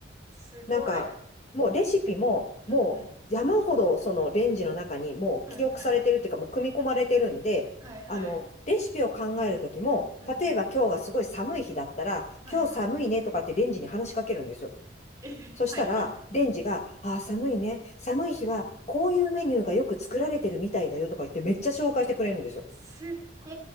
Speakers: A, on the right; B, on the left.
A: ー、すごい。
B: なんか、もうレシピも、
A: うんうん。
B: もう山ほどそのレンジの中にもう記憶されてるっていうか、
A: はいはい。
B: もう組み込まれてるんで、
A: はいはい。
B: あの、レシピを考えるときも、
A: うんうん。
B: 例えば今日がすごい寒い日だったら、
A: はいはい。
B: 今日寒いねとかってレンジに話しかけるんですよ。
A: えー、
B: そしたら、
A: はいはい。
B: レンジが、ああ、寒いね。寒い日は、こういうメニューがよく作られてるみたいだよとか言ってめっちゃ紹介してくれるんですよ。
A: すっご